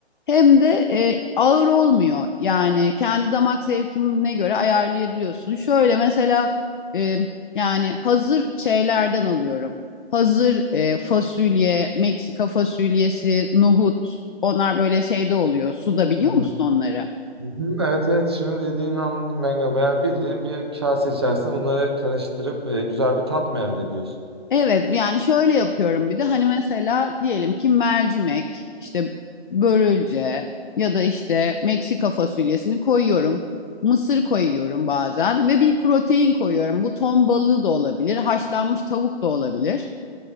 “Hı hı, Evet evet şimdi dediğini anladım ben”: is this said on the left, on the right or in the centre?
Right